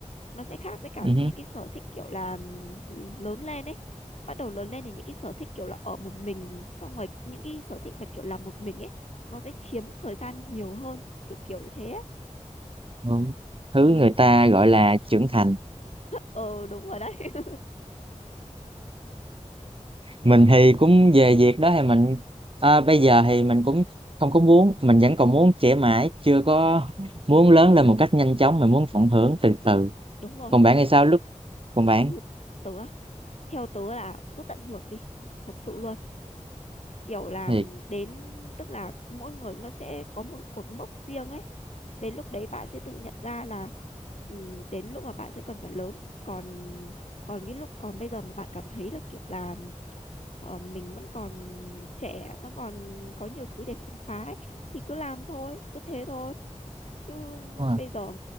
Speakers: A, on the left (about 60°); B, on the right (about 45°).
A: nó sẽ khác với cả
B: ừ. hứ.
A: những cái sở thích kiểu là ừ, lớn lên ấy. Bắt đầu lớn lên thì những cái sở thích kiểu là ở một mình xong rồi những cái sở thích mà kiểu làm một mình ấy nó sẽ chiếm thời gian nhiều hơn, kiểu kiểu như thế ấy.
B: Ừ. thứ người
A: Ừ,
B: ta gọi là trưởng thành
A: ờ đúng rồi đấy. <laughs>
B: mình thì cũng về việc đó thì mình à, bây giờ thì mình cũng không có muốn mình vẫn còn muốn trẻ mãi chưa có muốn lớn lên một cách nhanh chóng mình muốn tận hưởng từ từ
A: Đúng rồi,
B: còn bạn thì sao lúc còn bạn
A: cứ tớ á, theo tớ là cứ tận hưởng đi, thật sự luôn. kiểu là
B: thì
A: đến tức là mỗi người nó sẽ có một cái cột mốc riêng ấy đến lúc đấy bạn sẽ tự nhận ra là ừm, đến lúc mà bạn sẽ cần phải lớn còn còn cái lúc còn bây giờ mà bạn cảm thấy là kiểu là ờ, mình vẫn còn trẻ vẫn còn có nhiều thứ để khám phá ấy, thì cứ làm thôi cứ thế thôi chứ
B: đúng rồi.
A: bây giờ